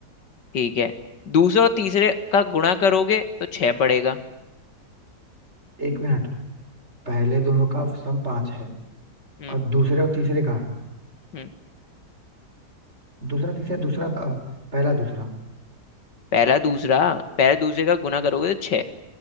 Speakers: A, on the left (about 85°); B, on the right (about 40°).
A: ठीक है दूसरा और तीसरे का गुणा करोगे तो छह पड़ेगा
B: एक मिनट पहले दोनों का सम पाँच है
A: हम्म
B: और दूसरे और तीसरे का
A: हम्म
B: दूसरा तीसरा दूसरा अ, पहला दूसरा
A: पहला दूसरा पहला दूसरे का गुणा करोगे तो छह